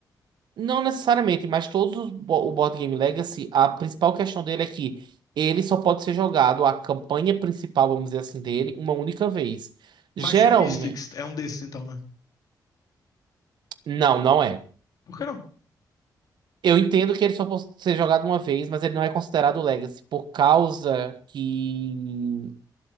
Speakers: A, on the right; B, on the left.
A: Não necessariamente, mas todos os bo- o Board Game Legacy, a principal questão dele é que ele só pode ser jogado, a campanha principal, vamos dizer assim, dele, uma única vez. Geralmente.
B: Mice and Mystics é um desses, então, né?
A: Não, não é.
B: Por que não?
A: Eu entendo que ele só pode ser jogado uma vez, mas ele não é considerado Legacy, por causa que.